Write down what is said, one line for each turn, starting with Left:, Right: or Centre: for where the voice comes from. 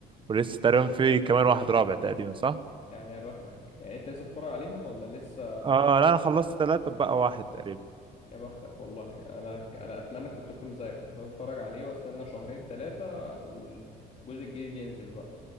Right: ولسه تقريبا في كمان واحد رابع تقريبا صح
Left: يعني يا بختك يعني انت لسه بتتفرج عليهم ولا لسه
Right: اه لا انا خلصت تلاتة بقى واحد تقريبا
Left: يا بختك والله انا انا اتمنى كنت اكون زيك كنت اتفرج عليه واستنى شهرين ثلاثه والجزء الجديد ينزل بقى